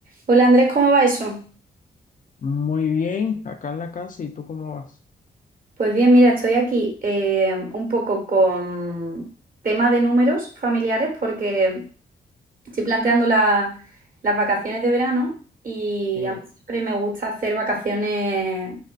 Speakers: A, on the right (about 45°); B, on the left (about 40°).
A: Hola Andrés, ¿cómo va eso?
B: Muy bien, acá en la casa, ¿y tú cómo vas?
A: Pues bien, mira, estoy aquí eh, un poco con tema de números familiares porque estoy planteando la- las vacaciones de verano y
B: Sí,
A: a mí siempre me gusta hacer vacaciones,